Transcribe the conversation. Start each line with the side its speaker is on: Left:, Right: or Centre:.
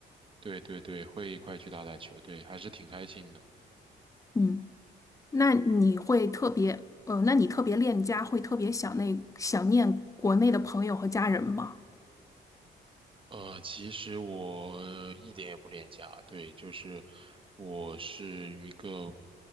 Right: 对对对，会一块去打打球，对，还是挺开心的。
Left: 嗯。那你会特别，呃，那你特别恋家，会特别想那想念国内的朋友和家人吗？
Right: 呃，其实我一点也不恋家，对，就是我是一个，